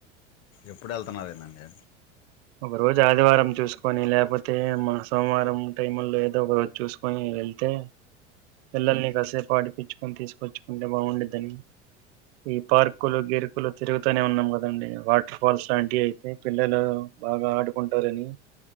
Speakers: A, on the left (about 45°); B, on the right (about 60°).
A: ఎప్పుడు వెళ్తున్నారు ఏందండి
B: ఒక రోజు ఆదివారం చూసుకొని లేకపోతే మా సోమవారం టైము లో ఏదో ఒక రోజు చూసుకొని వెళ్తే పిల్లల్ని కాసేపు ఆడిపిచ్చుకొని తీసుకొచ్చుకుంటే బాగుండద్దని ఈ పార్కులు గీర్కులు తిరుగుతనే ఉన్నం గదండీ వాటర్ ఫాల్స్ లాం కి అయితే పిల్లలు బాగా ఆడుకుంటారని